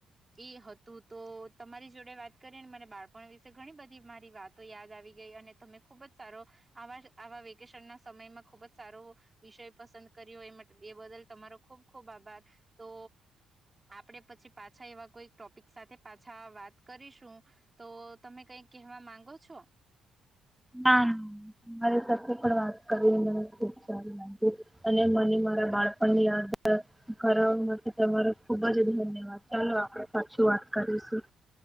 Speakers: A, on the right; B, in the centre.
A: એ હતું તો તમારી જોડે વાત કરીને મારા બાળપણ વિશે ઘણી બધી મારી વાતો યાદ આવી ગઈ અને તમે ખુબ જ સારો, આવા આવા વ કેશન ના સમયમાં ખુબ જ સારો, વિષય પસંદ કર્યો એ એ બદલ તમારો ખુબ ખુબ આભાર, તો આપડે પછી પાછા એવા કોઈ ટોપિક સાથે પાછા વાત કરીશું, તો તમે કંઈક કહેવા માંગો છો?
B: હા, મારી સાથે પણ વાત કરી મને ખુબ સારું લાગ્યું, અને મને મારા બાળપણ ની યાદ કરવા માટે તમારો ખુબ જ ધન્યવાદ. ચાલો આપડે પાછી વાત કરીશું.